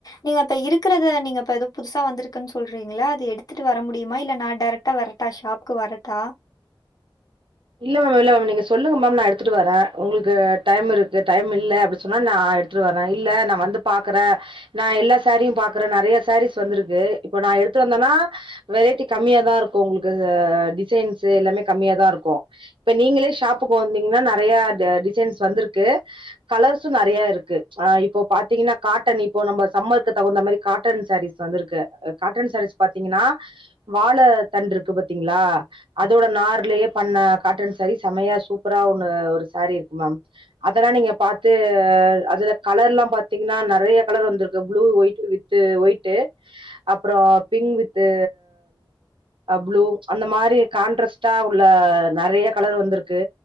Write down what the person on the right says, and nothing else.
இல்ல மேம் இல்ல மேம் நீங்க சொல்லுங்க மேம் நா எடுத்துட்டு வரே உங்களுக்கு டைம் இருக்குது டைம் இல்ல அப்டி சொன்னா நா எடுத் துட்டு வரே இல்ல நா வந்து பாக்குறே நா எல்லா சேரீயு பாக்குறே நறைய சேரீஸ் வந்திருக்கு இப்ப நா எடுத்து வந்தேன்னா வெரைட்டி கம்மியா தா இருக்கு உங்களுக்கு டிசைன்ஸ் எல்லாமே கம்மிய தா இருக்கு இப்ப நீங்களே ஷாப்புக்கு வந்தீங்கன்னா நறைய டிசைன்ஸ் வந்திருக்கு கலர்ஸ்சு நறைய இருக்கு ஆ இப்போ பாத்தீங்னா காட்டன் இப்போ நம்ம சம்மருக்கு தகுந்த மாரி காட்டன் சாரீஸ் வந்துருக்கு காட்டன் சாரீஸ் பாத்தீங்னா வாழ தண்டு இருக்கு பாத்தீங்ளா அதோட நார்லயே பண்ண காட்டன் சாரீ செமையா சூப்பரா ஒன்னு ஒரு சாரீ இருக்கு மேம் அதெல்லா நீங்க பாத்து அதுல கலர்லா பாத்தீங்னா நிறைய கலர் வந்திருக்கு blue white with with white அப்ற பிங் வித்து ப்ளு அந்த மாறி கான்ட்ரஸ்ட்டா உள்ள நிறைய கலர் வந்திருக்கு